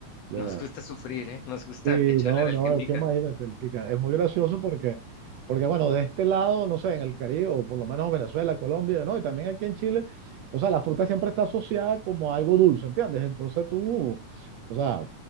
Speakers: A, on the right (about 75°); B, on the left (about 70°).
A: Ya.
B: Nos gusta sufrir, ¿eh? Nos gusta
A: Sí,
B: que echarle
A: no,
B: del
A: no,
B: que pica.
A: es que imagínate, el pica, es muy gracioso porque, porque bueno, de este lado, no sé, en el Caribe, o por lo menos Venezuela, Colombia, ¿no? Y también aquí en Chile, o sea, la fruta siempre está asociada como a algo dulce, ¿entiendes? Entonces tú, o sea,